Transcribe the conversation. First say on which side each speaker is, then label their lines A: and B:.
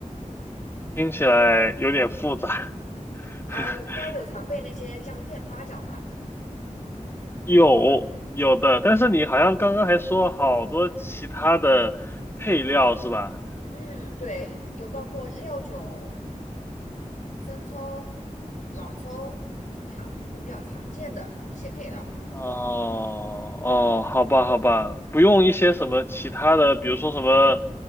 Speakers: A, on the left; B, on the left.
A: 听起来有点复杂。
B: 啊、
A: <laughs>
B: 你们家有常备那些姜片、八角吗？
A: 有有的，但是你好像刚刚还说好多其他的配料是吧？
B: 嗯，对，有包括料酒、生抽、老抽、冰糖，就比较常见的一些配料。
A: 哦哦，好吧好吧，不用一些什么其他的，比如说什么